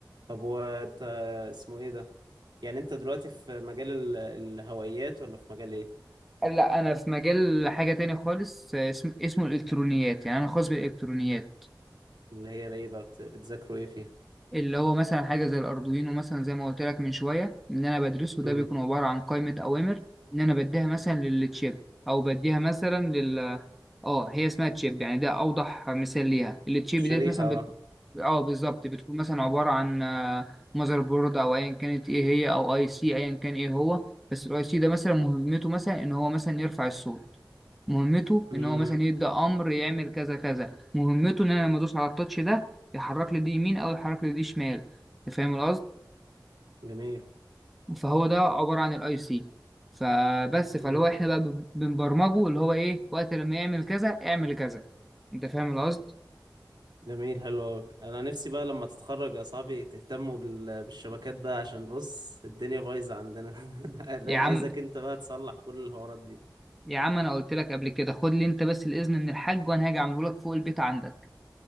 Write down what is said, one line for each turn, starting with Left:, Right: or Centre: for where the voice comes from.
Right: طب وانت اسمه ايه ده يعني انت دلوقتي في مجال ال... الهوائيات ولا في مجال ايه
Centre: لا انا في مجال حاجة تاني خالص آه، اسم... اسمه الالكترونيات يعني انا خاص بالالكترونيات
Right: اللي هي بقى ايه بقى بت... بتذاكروا ايه فيها
Centre: اللي هو مثلا حاجة زي الأردوينو مثلا زي ما قلت لك من شوية إن أنا بدرسه ده
Right: امم
Centre: بيكون عبارة عن قائمة أوامر إن أنا بديها مثلا للتشيب أو بديها مثلا لل آه هي اسمها تشيب يعني ده أوضح مثال ليها التشيب
Right: الشريحة
Centre: ديت مثلا
Right: اه
Centre: بت... آه بالظبط بتكون مثلا عبارة عن ماذر بورد أو أيا كانت إيه هي أو أي سي أيا كان إيه هو بس الأي سي ده مثلا مهمته مثلا إن هو مثلا يرفع الصوت مهمته
Right: امم
Centre: ان هو مثلا يبدا امر يعمل كذا كذا مهمته ان انا لما ادوس على التاتش ده يحرك لي دي يمين او يحرك لي دي شمال انت فاهم القصد
Right: جميل
Centre: فهو ده عباره عن الاي سي فبس فاللي
Right: امم
Centre: هو احنا بقى بن- بنبرمجه اللي هو ايه وقت لما يعمل كذا اعمل كذا انت فاهم القصد
Right: جميل حلو أوي. انا نفسي بقى لما تتخرج يا صاحبي تهتموا بال... بالشبكات بقى عشان بص الدنيا بايظة عندنا <laughs>
Centre: يا عم
Right: عايزك انت بقى تصلح كل الحوارات دي
Centre: يا عم انا قلت لك قبل كده خد لي انت بس الاذن من الحاج وانا هاجي اعمله لك فوق البيت عندك